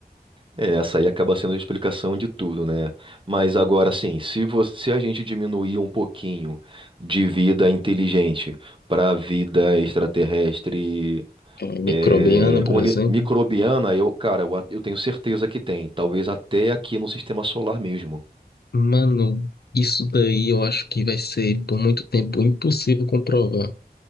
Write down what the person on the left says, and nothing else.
é, microbiana,
por
exemplo.
Mano, isso daí eu acho que vai ser por muito tempo impossível comprovar.